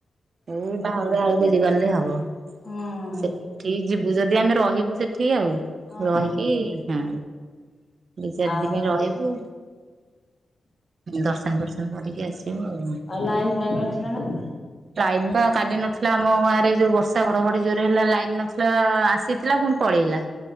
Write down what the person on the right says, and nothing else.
ଏଇ ବାହୁଡ଼ା ବେଳକୁ ଗଲେ ହବ।
ସେଠି ଯିବୁ ଯଦି ଆମେ ରହିବୁ ସେଠି ଆଉ,
ରହିକି, ହଁ। ଦି ଚାରି
ଦିନ ରହିବୁ। ଦର୍ଶନ ଫର୍ଶନ କରିକି ଆସିବୁ ଆଉ।
ଲାଇନ ତ କାଲି ନଥିଲା ଆମ ଗାଁରେ, ଏଇ ଯୋଉ ବର୍ଷା ଘଡଘଡି ଜୋରେ ହେଲା ଲାଇନ ନଥିଲା, ଆସିଥିଲା ପୁଣି ପଳେଇଲା,